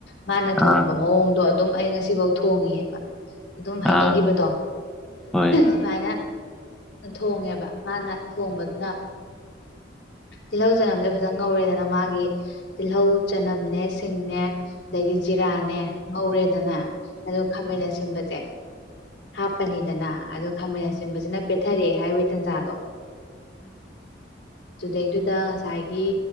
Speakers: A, on the left; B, in the centre.
A: ꯃꯥꯅ ꯊꯣꯡꯕ
B: ꯑꯥ
A: ꯃꯑꯣꯡꯗꯣ ꯑꯗꯨꯝ ꯑꯩ ꯉ ꯁꯤꯐꯧ ꯊꯣꯡꯉꯤꯌꯦꯕ ꯑꯗꯨꯝ ꯍꯩꯅꯈꯤꯕꯗꯣ
B: ꯑꯥ ꯍꯣꯏ
A: ꯁꯨꯃꯥꯏꯅ ꯊꯣꯡꯉꯦꯕ ꯃꯥꯅ ꯊꯣꯡꯕꯗꯨꯅ ꯇꯤꯜꯍꯧ ꯆꯅꯝꯁꯦ ꯐꯖꯅ ꯉꯧꯔꯦꯗꯅ ꯃꯥꯒꯤ ꯇꯤꯜꯍꯧ ꯆꯅꯝꯅꯦ ꯁꯤꯡꯅꯦ ꯑꯗꯩꯗꯤ ꯖꯤꯔꯥꯅꯦ ꯉꯧꯔꯦꯗꯅ ꯑꯗꯨ ꯈꯥꯃꯦꯟ ꯑꯁꯤꯟꯕꯁꯦ ꯍꯥꯞꯄꯅꯤꯗꯅ ꯑꯗꯣ ꯈꯥꯃꯦꯟ ꯑꯁꯤꯟꯕꯁꯤꯅ ꯄꯦꯊꯔꯛꯑꯦ ꯍꯥꯏꯕꯒꯤ ꯇꯟꯖꯥꯗꯣ <inaudible> ꯑꯗꯩꯗꯨꯗ ꯉꯁꯥꯏꯒꯤ